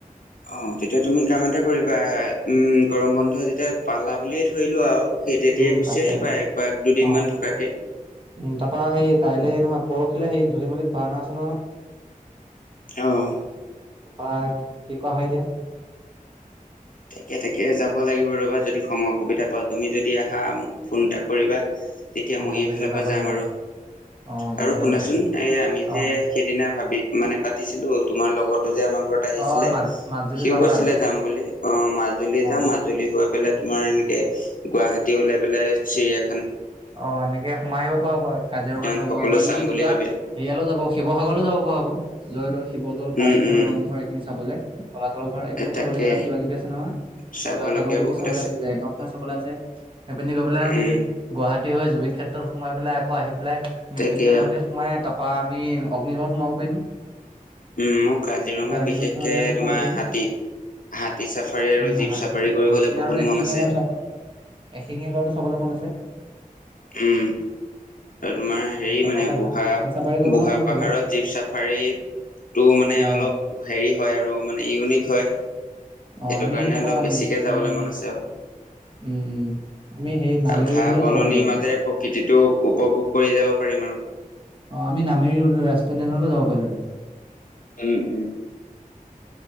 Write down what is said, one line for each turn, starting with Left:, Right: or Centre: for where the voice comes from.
Left: অ' তেতিয়া তুমি কাম এটা কৰিবা, উম গৰম বন্ধ যেতিয়া পালা বুলিয়ে ধৰিলো আৰু। সেই তেতিয়াই
Right: উম
Left: গুচি
Right: তাকে
Left: আহিবা একপাক দুদিনমান
Right: অ'
Left: থকাকে।
Right: উ তাৰাপা সেই কাইলে নহয়। পৰহিলে সেই ধূলিমূলিত ভাওনা আছে নহয়।
Left: আহ
Right: তাৰপা কি কোৱা হয় এতিয়া
Left: তাকে তাকে, যাব লাগিব ৰ'বা যদি সময়-সুবিধা পাওঁ, তুমি যদি আহা মোক ফোন এটা কৰিবা। তেতিয়া
Right: অ
Left: মই এইফালৰ
Right: তাকে যাব
Left: পৰা যাম
Right: লাগিব
Left: আৰু
Right: অ যাব
Left: আৰু
Right: লাগিব
Left: শুনাচোন!
Right: তাকে
Left: এই আমি
Right: অ
Left: যে সেইদিনা ভাবি মানে পাতিছিলো তোমাৰ লগতো যে। আমাৰ ঘৰত আহিছিলে
Right: অ মাজ মাজুলী
Left: সিও
Right: যোৱা
Left: কৈছিলে
Right: কথাটো
Left: যাম বুলি। অ'! অ' মাজুলী যাম
Right: অ
Left: মাজুলী হৈ পেলাই তোমাৰ এনেকে গুৱাহাটী উওলাই পেলাই চিৰিয়া
Right: অ' এনেকে সোমাই আহিব পৰাাৰ হব কাজিৰঙা
Left: উদ্যান
Right: চাব
Left: সকলো
Right: পৰাব আমি
Left: চাম বুলি
Right: তেতিয়া
Left: ভাবিলো
Right: হেৰিয়ালো যাব শিৱসাগৰলৈো যাব হাব জয়দৌল শিৱদৌল কাৰেংঘৰ
Left: উম উম
Right: ৰংঘৰ এইখিনি চাবলে কলাতল ঘৰ এই বহুত
Left: এ তাকে
Right: চাবলগীয়া তাত কিবা কিবি আছে নহয়
Left: চাবলগীয়া
Right: অঁ জয় সাগৰ পুখুৰী
Left: বহুত
Right: চাবলৈ আছে যে, <unintelligible> চাবলৈ আছে সেইপিনি গৈ পেলাই আমি
Left: উম
Right: গুৱাহাটী হৈ জুবিন ক্ষেত্ৰত সোমাই পেলাইকৌ আহি পাই মৃত্যুঞ্জয়
Left: তাকে
Right: মন্দিৰ সোমাই ত বা আমি অগ্নিগড় সোমাব পাৰিম
Left: উম মোৰ কাজিৰঙাত
Right: তাৰপা অনিৰুদ্ধ
Left: বিশেষকে
Right: ইয়াতো সোমাব
Left: তোমাৰ
Right: পাৰিম
Left: হাতী হাতী-চাফাৰী আৰু
Right: উম
Left: জীপ-চাফাৰী
Right: হাত
Left: কৰিবলৈ
Right: হাতী
Left: বহুত
Right: আৰু এশিঙীয়া
Left: মন আছে।
Right: গড় চাব এশিঙীয়া গড়টো চাবলৈ মন আছে।
Left: উম, অ, তোমাৰ
Right: উম
Left: হেৰি
Right: তাৰপা
Left: মানে
Right: তাত
Left: বুঢ়া-
Right: হাতী হাতী চাফাৰী কৰিবলৈ
Left: বুঢ়া
Right: মন আছে
Left: পাহাৰত
Right: বাৰু
Left: জীপ চাফাৰী তটো মানে
Right: অ
Left: অলপ হেৰি হয় আৰু মানে ইউনিক হয় সেইটো
Right: অ আমি
Left: কাৰণে
Right: তাৰপা
Left: অলপ বেছিকে যাবলৈ মন আছে আৰু
Right: উম, উম, আমি সেই নামেৰিলৈও
Left: আৰু ঘাঁহ বননিৰ
Right: যাব পাৰিলোহেঁতেন।
Left: মাজেৰে প্ৰকৃতিত তেও উপভোগ কৰি যাব পাৰিম আৰু।
Right: অ, আমি নামেৰি ৰাষ্ট্ৰীয় উদ্যানলৈ যাব পাৰিলোঁ হেতেন।
Left: উম-